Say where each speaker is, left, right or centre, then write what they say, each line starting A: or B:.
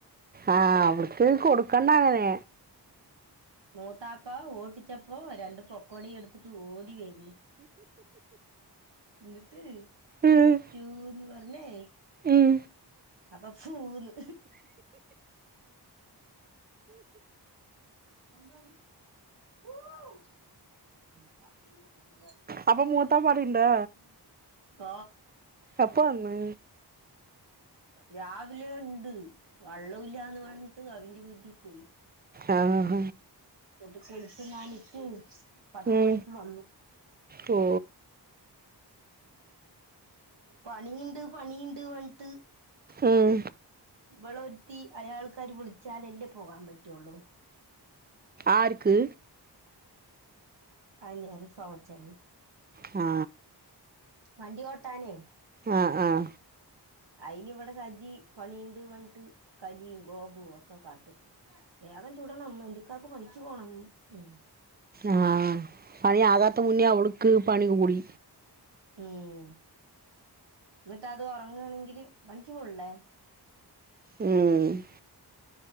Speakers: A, on the right; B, on the right.
A: ആഹ അവര് ക്ക് കൊടുക്കണ്ട അങ്ങനെ
B: മൂത്താപ്പ ഓട്ടിച്ചപ്പോ രണ്ട പൊക്കോടിയ എടുത്തിട്ട് ഓടി വരി എന്നിട്ട്
A: ഉം.
B: ഷൂന്ന് പറഞ്ഞേ
A: ഉം.
B: അപ്പൊ പൂന്ന് <unintelligible>
A: അപ്പൊ മൂത്ത പാടുണ്ടോ
B: ഓ
A: പ പ്പ വന്ന്
B: രാവിലെ ഉണ്ട് വള്ളല്ലന്ന് പറഞ്ഞിട്ട് അവന്റെ വീട്ടിൽ പോയി
A: ആഹ
B: ഇട്ട് കുളിച് നണിട്ട് പത്ത്
A: ഉം.
B: മണിക്ക് വന്നു
A: ഓ
B: പണിയണ്ട് പണിയണ്ട് വണ്ടിട്ട്
A: ഉം.
B: വിള എത്തി അയാൾക്കാാര് വിളിച്ചാലല്ലേ പോകാൻ പറ്റുള്ളൂ
A: ആർക്ക്
B: അന്ിയർ റിഫോം വച്ചാാണ്
A: ആ
B: വണ്ടി ഓ ട്ടാനേ
A: ആഹ് ആഹ
B: അയിനി ഇവിടെ സജി പണീണ്ട് വണിട്ട് കലിയും ഗോപു ഒക്കെ കാട്ടും വേഗം ചൂടണം എന്റെക്കാക്ക് പണിക്ക് പോണം ഉം
A: ആഹ പണി ആ കാത്ത മുന്നേ അവളക്ക് പണി കൂടി
B: ഉം എന്നിട്ട് അത് ഉറങ്ങയാണെങ്കില് പണി ക്ക് പോണി ല്ലേ
A: ഉം